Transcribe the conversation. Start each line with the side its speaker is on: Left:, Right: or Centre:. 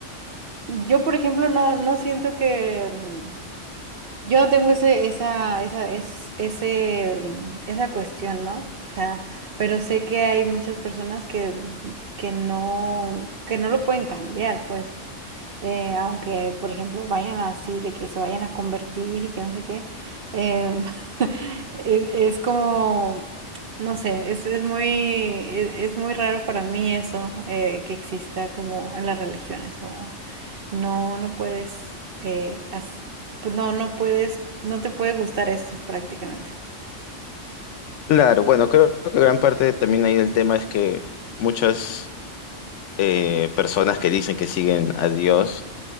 Right: Yo, por ejemplo, no, no siento que... Yo no tengo ese, esa, esa, es, ese, mm, esa cuestión, ¿no? O sea, pero sé que hay muchas personas que, que no, que no lo pueden cambiar, pues. Eh, aunque, por ejemplo, vayan así, de que se vayan a convertir y que no sé qué. em, <laughs> es, es como, no sé, es, es muy, es, es muy raro para mí eso, eh, que exista como en las religiones, como. No, no puedes, eh, haz- pues no, no puedes, no te puede gustar esto prácticamente.
Left: Claro, bueno, creo que gran parte también ahí del tema es que muchas eh, personas que dicen que siguen a Dios